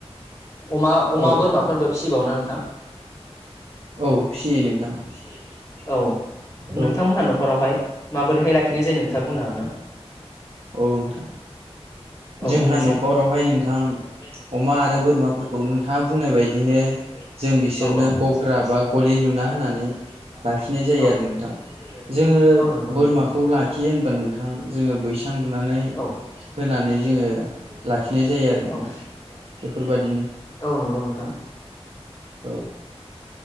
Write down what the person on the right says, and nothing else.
औ
औ
फिसियो नोंथां
औ
औ नोंथां।
जोंहा
न'खरावहाय
नोंथां
अमा आरो
बोरमाफोरखौ
नोंथाङा
बुंनाय बायदिनो
जों बिसोरनो
गग्रा
बा गलि
लुना होनानै
लाखिनाय जायो
आरो नोंथां
जोङो
बोरमाखौ
लाखियो होनब्ला
नोंथां जोङो
बैसां
लुनानै
होनानै
जोङो
लाखिनाय
जायो आरो नोंथां
बेफोरबादिनो
औ